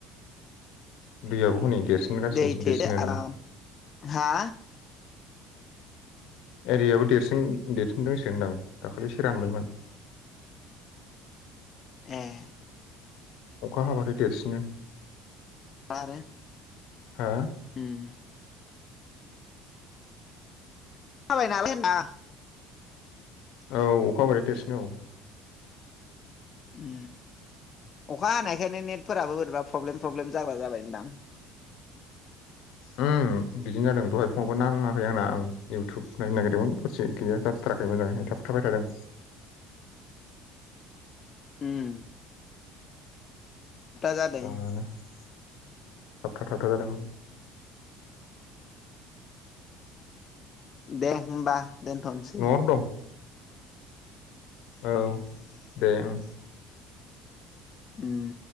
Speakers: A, on the left; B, on the left.
A: दैयाबो हनै देरसिनगासिनोसो
B: दै थेदो
A: देरसिनो
B: आराम
A: ना।
B: हा
A: एरियाबो देरसिन देरसिन दंसो होनदां दाखालिसो रानबायमोन।
B: ऐ।
A: अखा हाबथाय देरसिनो।
B: आरो
A: हो।
B: उम। थाबाय नालाय होनना
A: औ अखा बोरै देरसिन औ।
B: उम अखा हानायखायनो नेटफोराबो बोरैबा फ्रब्लेम फ्रब्लेम जाग्रा जाबायनदां।
A: उम। उम बिदिनो जादों दहाय फंङावबो नाङाखै आंना आं इउटुब नायनो नागिरदोंमोन दसे गैया जाथ थाराखै मजाङैहाय थाब थाबाय थादों।
B: उम। दा जादों
A: आङानो थाबथा थाबथा जादों।
B: दे होमबा दोनथ'नसै।
A: न'आवनो दं औ दे ओं।
B: उम।